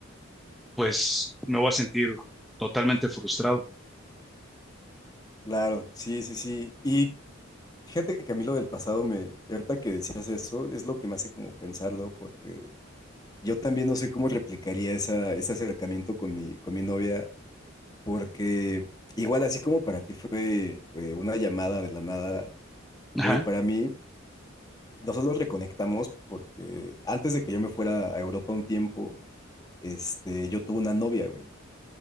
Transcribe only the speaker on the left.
claro, sí, sí, sí. Y fíjate que a mí lo del pasado me, y ahorita que decías eso, es lo que me hace como pensarlo, porque yo también no sé cómo replicaría esa, ese acercamiento con mi, con mi novia, porque igual así como para ti fue eh, una llamada de la nada,
güey, para mí Nosotros reconectamos porque antes de que yo me fuera a Europa un tiempo, este, yo tuve una novia, güey.